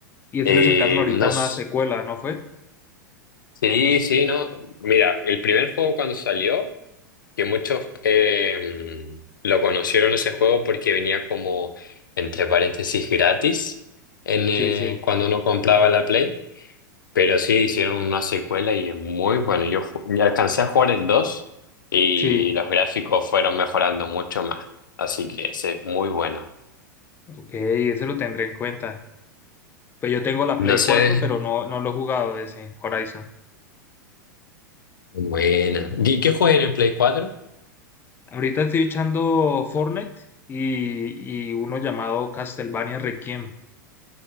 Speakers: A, on the left; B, on the left.
A: y eso
B: Eh,
A: le sacaron ahorita
B: no,
A: una
B: s-
A: secuela, ¿no fue?
B: sí, sí, no. Mira, el primer juego cuando salió, que muchos eh, lo conocieron ese juego porque venía como, entre paréntesis, gratis en, eh,
A: Sí, sí,
B: cuando uno compraba la Play. Pero sí, hicieron una secuela y es muy bueno. Yo ju- ya alcancé a jugar el 2 y
A: sí,
B: los gráficos fueron mejorando mucho más. Así que ese es muy bueno.
A: ok, ese lo tendré en cuenta. Pues yo tengo la Play
B: No
A: cuatro
B: sé.
A: pero no, no lo he jugado ese Horizon.
B: Buena. ¿Y qué juega en el Play cuatro
A: Ahorita estoy echando Fortnite y, y uno llamado Castlevania Requiem.